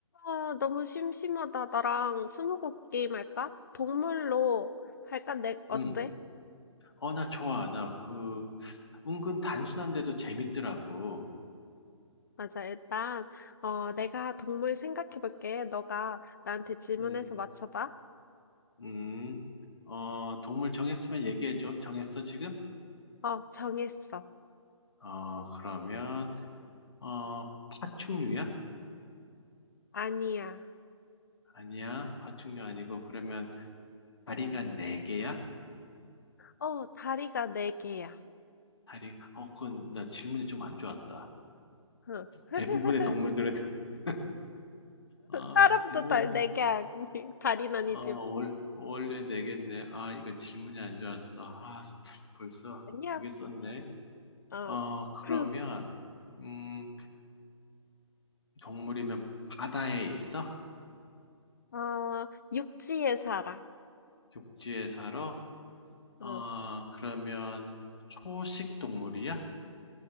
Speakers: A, on the left; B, on the left.
A: 아, 너무 심심하다. 나랑 스무고개 게임 할까? 동물로 할까? 내, 어때?
B: 음. 어, 나 좋아. 나 그, 은근 단순한데도 재밌더라고.
A: 맞아. 일단, 어, 내가 동물 생각해 볼게. 너가 나한테 질문해서
B: 음,
A: 맞춰봐.
B: 음. 어, 동물 정했으면 얘기해줘. 정했어, 지금?
A: 어, 정했어.
B: 어, 그러면, 어, 파충류야?
A: 아니야.
B: 아니야. 파충류 아니고, 그러면 다리가 네개야
A: 어, 다리가 네 개야.
B: 다리, 어, 그건 나 질문이 좀 안 좋았다.
A: 응. <laughs>
B: 대부분의 동물들은, <laughs> 아,
A: 사람도
B: 대부분,
A: 다, 네개 아니, <laughs> 다리는 아니지만.
B: 어, 월, 원래 네개인데 아, 이건 질문이 안 좋았어. 아, 벌써
A: 아니야.
B: 두 개 썼네.
A: 어.
B: 어, 그러면,
A: <clears throat>
B: 음, 동물이면 바다에 있어?
A: 어, 육지에 살아.
B: 육지에 살아? 어,
A: 응.
B: 그러면 초식 동물이야?